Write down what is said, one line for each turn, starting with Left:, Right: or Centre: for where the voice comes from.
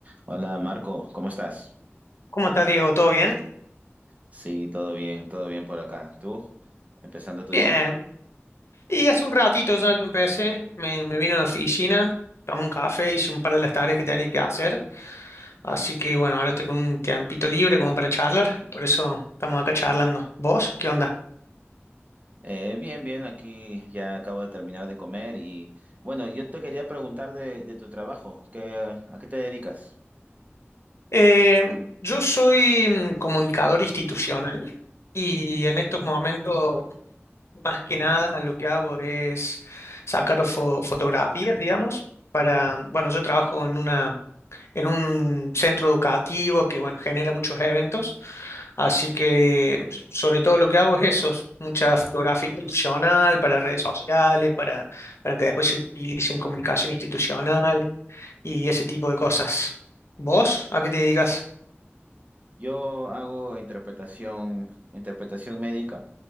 Right: Hola Marco, ¿cómo estás?
Left: ¿Cómo estás, Diego? ¿Todo bien?
Right: Sí, todo bien, todo bien por acá. ¿Tú? ¿Empezando tu
Left: Bien.
Right: día?
Left: Y hace un ratito ya lo empecé, me, me vine a la oficina, tomé un café, hice un par de las tareas que tenía que hacer. Así que bueno, ahora estoy con un tiempito libre como para charlar, por eso estamos acá charlando. ¿Vos? ¿Qué onda?
Right: Eh, bien, bien, aquí ya acabo de terminar de comer y bueno, yo te quería preguntar de, de tu trabajo, ¿qué, eh, a qué te dedicas?
Left: Eh, yo soy mm, comunicador institucional y en estos momentos, más que nada, lo que hago es sacar fo- fotografías, digamos, para, bueno, yo trabajo en una en un centro educativo que, bueno, genera muchos eventos. Así que sobre todo lo que hago es eso, mucha fotografía institucional para redes sociales, para, para que después se utilice en comunicación institucional y ese tipo de cosas. ¿Vos a qué te dedicas?
Right: Yo hago interpretación, interpretación médica,